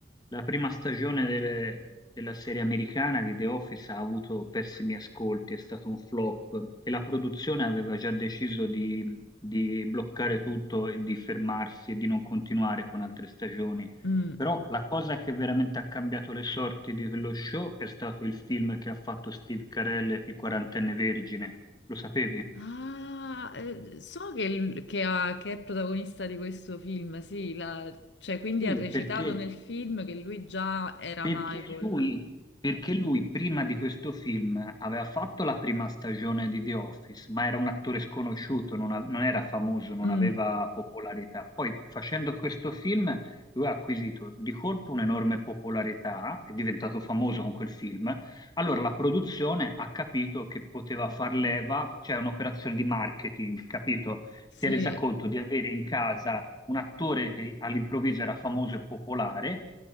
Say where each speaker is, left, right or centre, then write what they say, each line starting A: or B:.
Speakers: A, on the left (about 25°); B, on the left (about 80°).
A: la prima stagione delle- della serie americana di The Office ha avuto pessimi ascolti, è stato un flop e la produzione aveva già deciso di, di bloccare tutto e di fermarsi e di non continuare con altre stagioni.
B: Mm.
A: Però la cosa che veramente ha cambiato le sorti di quello show è stato il film che ha fatto Steve Carell, Il quarantenne vergine. Lo sapevi?
B: Ah, eh, so che, l- che ha- che è protagonista di questo film, sì, la- cioè quindi
A: Sì,
B: ha recitato
A: perché
B: nel film che lui già era
A: Perché
B: Michael.
A: lui, perché lui prima di questo film aveva fatto la prima stagione di The Office, ma era un attore sconosciuto, non, a- non era famoso, non
B: Mm,
A: aveva popolarità. Poi facendo questo film lui ha acquisito di colpo un'enorme popolarità, è diventato famoso con quel film. Allora la produzione ha capito che poteva far leva, cioè un'operazione di marketing, capito?
B: sì,
A: Si è resa conto di avere in casa un attore che all'improvviso era famoso e popolare,